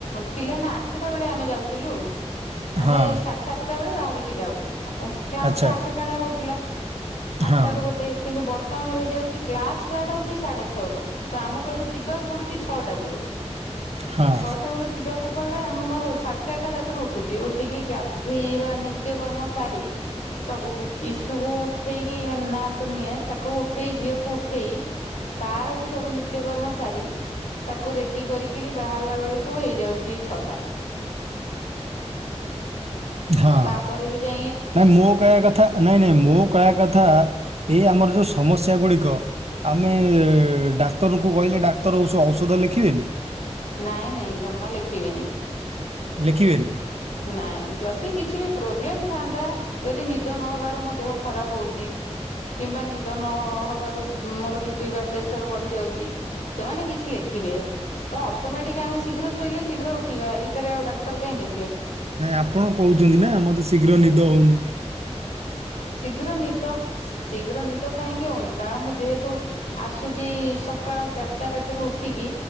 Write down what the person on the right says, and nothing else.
ହଁ
ଆଚ୍ଛା
ହଁ
ହଁ
ହଁ।
ନାଇଁ ମୁଁ କହିବା କଥା ନାଇଁ ନାଇଁ ମୁଁ କହିବା କଥା ଏଇ ଆମର ଯୋଉ ସମ ସ୍ୟା ଗୁଡିକ ଆମେ ଡାକ୍ତରଙ୍କୁ କହିଲେ ଡାକ୍ତର ଓଷ- ଔଷଧ ଲେଖିବେନି।
ଲେଖିବେନି
ନାଇଁ ଆପଣ କୋହୁଚନ୍ତି ନା ମତେ ଶୀଘ୍ର ନିଦ ହୋଉନି।